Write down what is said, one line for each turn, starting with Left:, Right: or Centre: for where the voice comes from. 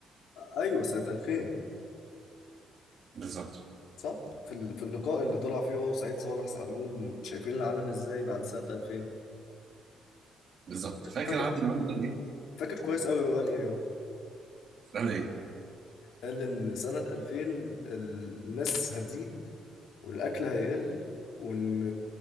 Left: ايوه سنة 2000
Right: بالظبط
Left: صح في ال- في اللقاء اللي طلع فيه هو وسعيد صالح سألوهم شايفين العالم ازاي بعد سنة 2000
Right: بالظبط فاكر
Left: فاكر
Right: عادل إمام قال إيه؟
Left: فاكر كويس قوي هو قال ايه
Right: قال إيه؟
Left: قال إن سنة 2000 الناس هتزيد والأكل هيقل وإن